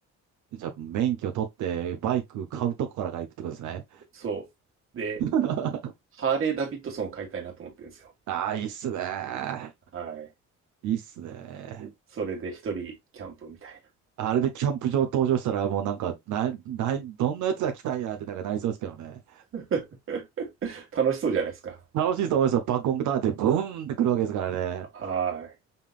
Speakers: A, on the right; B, on the right.
A: じゃあ、免許取って、バイク買うとこからが行くってことですね。
B: そう。で、
A: <laughs>
B: ハーレー・ダビッドソンを買いたいなと思ってるんですよ。
A: ああ、いいっすね。
B: はい。
A: いいっすね。
B: それで一人キャンプみたいな。
A: あれでキャンプ場登場したら、もうなんか、な、ない、どんなやつが来たんやってなんかなりそうですけどね。
B: <laughs> 楽しそうじゃないですか。
A: 楽しいと思いますよ。バックオンターンってブーンってくるわけですからね。
B: はい。